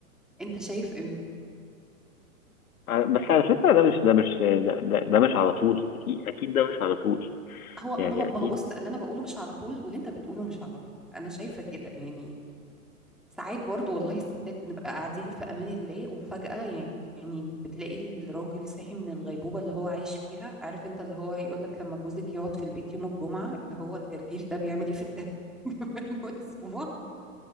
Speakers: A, in the centre; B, on the left.
A: أنت شايف إمتى
B: بس على فكرة ده مش ده مش ده, ده ده مش على طول أكيد أكيد ده مش على طول
A: هو
B: يعني
A: ما هو ما
B: أكيد
A: هو بص اللي أنا بقوله مش على طول واللي أنت بتقوله مش على طول أنا شايفة كده يعني ساعات برضو والله الستات بنبقى قاعدين في امان الله وفجأة يعني يعني بتلاقي الراجل صحي من الغيبوبة اللي هو عايش فيها عارف انت اللي هو يقولك لما جوزك يقعد في البيت يوم الجمعة اللي هو الجرجير ده بيعمل ايه في التمام <laughs> والاسبوع